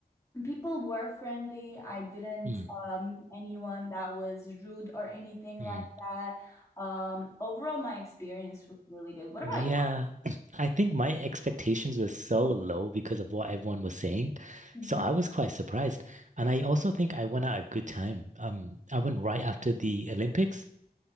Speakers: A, on the left (about 20°); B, on the right (about 50°).
A: people were friendly. I didn't
B: Mm,
A: um, meet anyone that was rude or anything
B: mm.
A: like that. Um, overall, my experience was really good. What about
B: Yeah,
A: you?
B: <clears throat> I think my expectations were so low because of what everyone was saying.
A: Mm-hmm.
B: So I was quite surprised. And I also think I went at a good time. Um, I went right after the Olympics.